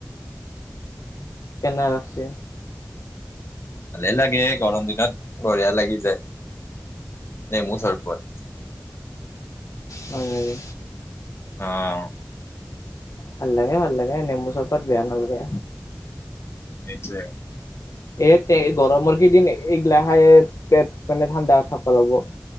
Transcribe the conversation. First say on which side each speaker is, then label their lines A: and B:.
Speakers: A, on the left; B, on the left.
A: কেনে লাগছে।
B: ভালেই লাগে গৰম দিনত, বঢ়িয়া লাগি যায়। নেমু চৰবত।
A: হয় হয়।
B: অ'
A: ভাল লাগে, ভাল লাগে, নেমু চৰবত বেয়া নালগে।
B: এইটোৱে।
A: এট টেৰি গৰমৰ কেইদিন এইগিলা খাই পেট মানে ঠাণ্ডাত থাকিব লাগব।